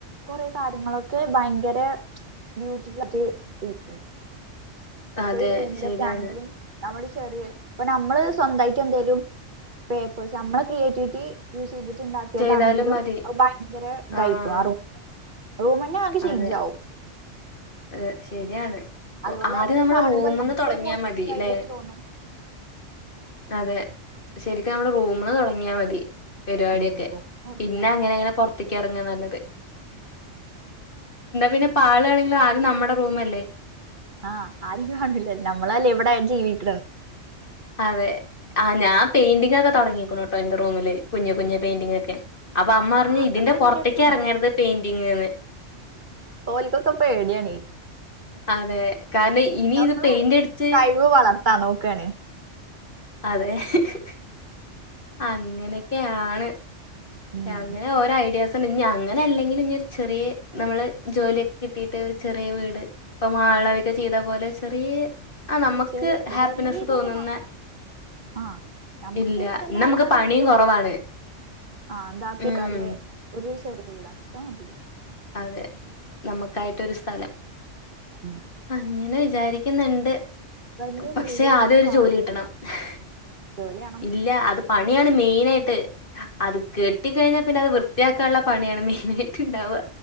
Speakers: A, on the right (about 45°); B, on the left (about 45°).
A: കൊറെ കാര്യങ്ങളൊക്കെ ഭയങ്കര ബ്യട്ട ഇപ്പൊ
B: അതെ
A: റൂമിലൊക്കെ
B: ശരിയാണ്
A: ആണെങ്കിലും നമ്മള് ചെറിയ ഇപ്പൊ നമ്മള് സ്വന്തമായിട്ട് എന്തേലും പേപ്പേഴ്സ് നമ്മെ ക്രിയേറ്റിവിറ്റി യൂസ് ചെയ്തിട്ടുണ്ടാക്കിയതാണെങ്കിലും
B: ചെയ്താലും മതി
A: ഭയങ്കര ദായികും
B: ആഹ്
A: ആറോ റോമന്നെ ആകെ ചെയ്യഞ്ചാവ
B: അതെ അതെ ശരിയാണ്
A: അതുപോലെ
B: ഒ ആദ്യം
A: അതൊക്കെ
B: നമ്മള്
A: കാണുമ്പോൾ
B: റൂമ്ന്ന്
A: നമുക്ക്ൊരു
B: തൊടങ്ങിയാ
A: പോസിറ്റീവായൊക്കെ
B: മതി ല്ലേ?
A: തോന്നും
B: അതെ ശെരിക്കും നമ്മുടെ റൂമ തുടങ്ങിയാൽ മതി പരിപാടിയൊക്കെ
A: ഉം
B: പിന്നെ
A: മതി
B: അങ്ങനെ അങ്ങനെ പുറത്തേക്ക് ഇറങ്ങുന്ന എന്താ പിന്നെ പാളാണെങ്കിലും ആദ്യം നമ്മുടെ റൂമ അല്ലേ
A: ആഹ് ആരും കാണൂല നമ്മളല്ലേ എവിടൊയാലും ജീവിക്ക
B: അതെ ആ ഞാൻെയിന്റിംഗങ് ഒക്കെടങ്ങിക്കണ കേട്ടോ എന്റെ റൂമില് കുഞ് കുഞ്ഞഞ് പെയിന്റിങ്ങ ഒക്കെ അപ്പൊ അമ്മ പറഞ്ഞു
A: ആഹ് അതൊക്കെ
B: ഇതിന്റെ പുൊറത്തേക്ക
A: എന്റെടുത്തുണ്ട്
B: ഇറങ്ങരുത് പെയിന്റിങ്ന്ന്
A: ഓലിക്കോക്കപ്പ എടിയാണ്
B: അതെ കാരണം ഇനി
A: നമ്മളാണെങ്കിൽ
B: ഇത് പെയിന്റ് അടിച്ച്
A: കഴിവ് വളർത്താനോ <unintelligible>
B: അതെ ഹ്ഹ്ഹ് അങ്ങനെയൊക്കെയാണ്
A: ഉം
B: അങ്ങനെ ഓരോ ഐഡിയ <unintelligible> അങ്ങനെ അല്ലെങ്കിലും ഇനി ഒരു ചെറിയ നമ്മള് ജോലിയൊക്കെ കിട്ടിട്ട് ചെറിയ വീട് <unintelligible> മാളവിക ചെയ്ത പോലെ ചെറിയ- ഹാ നമുക്ക്
A: ചെറിയ വീട്
B: ഹാപ്പിനെസ്
A: വലിയതൊന്നും
B: തോന്നുന്ന
A: വേണ്ട ആഹ് നമ്മക്ക്
B: ഇല്ല <unintelligible>
A: ഇഷ്ടല്ല
B: നമുക്ക്
A: ആൾക്കാരെ
B: പണിയും
A: കൂടെ
B: കുറവാണ്.
A: <inaudible>
B: ഉം അതെ- നമുക്കായിട്ടരു സ്ഥലം
A: ഉം
B: അങ്ങനെ <unintelligible> വിചാരിക്കുന്നുണ്ട്
A: വലിയ
B: പക്ഷെ
A: വീടിലൊന്നും
B: ആദ്യം ഒരു
A: കാര്യല്ല
B: ജോലി കിട്ടണം മ്മ്ഹ്
A: ജോലി വേണം
B: ഇല്ല അത് പണിയാണ് <unintelligible> <unintelligible> അത് കെട്ടി കഴിഞ്ഞ പിന്നെ അത് വൃത്തിയാക്കാനുള്ള പണിയാണ് മെയിന ഹ്ഹ ആായിട്ട് ഇണ്ടാവുക